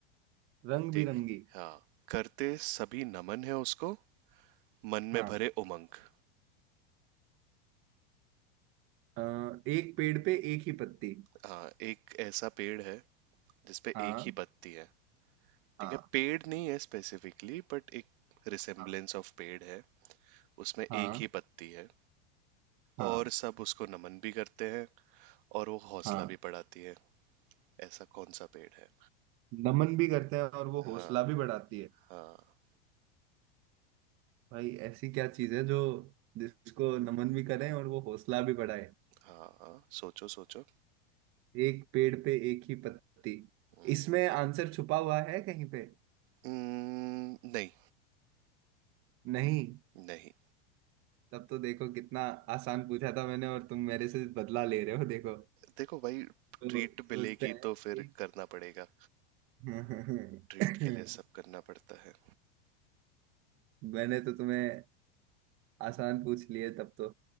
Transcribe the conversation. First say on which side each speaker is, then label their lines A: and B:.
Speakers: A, on the right (about 45°); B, on the right (about 60°).
A: रंग
B: देख
A: बिरंगी
B: हाँ करते सभी नमन है उसको मन
A: हाँ
B: में भरे उमंग
A: अ, एक पेड़ पे एक ही पत्ती
B: हाँ एक ऐसा पेड़ है जिसपे
A: हाँ
B: एक ही पत्ती है
A: हाँ
B: ठीक है पेड़ नहीं है स्पेसिफिकली बट एक रिसेम्बलेंस
A: हाँ
B: ऑफ पेड़ है उसमें एक
A: हाँ
B: ही पत्ती है
A: हाँ
B: और सब उसको नमन भी करते हैं और वो हौसला
A: हाँ
B: भी बढ़ाती है ऐसा कौन सा पेड़ है
A: नमन भी करते हैं और वो
B: हाँ
A: हौसला भी बढ़ाती है
B: हाँ
A: भाई ऐसी क्या चीज है जो जिसको नमन भी करें और वो हौसला भी बढ़ाए
B: हाँ हाँ, सोचो सोचो
A: एक पेड़ पे एक ही पत्ती
B: हम्म
A: इसमें आंसर छुपा हुआ है कहीं पे
B: हम्म, नहीं
A: नहीं
B: नहीं
A: तब तो देखो कितना आसान पूछा था मैंने और तुम मेरे से बदला ले रहे हो देखो
B: देखो भाई
A: तो
B: ट्रीट
A: सोचते
B: मिलेगी
A: हैं
B: तो फिर
A: एक
B: करना पड़ेगा
A: <laughs>
B: ट्रीट के लिए सब करना पड़ता है
A: मैंने तो तुम्हें आसान पूछ लिए तब तो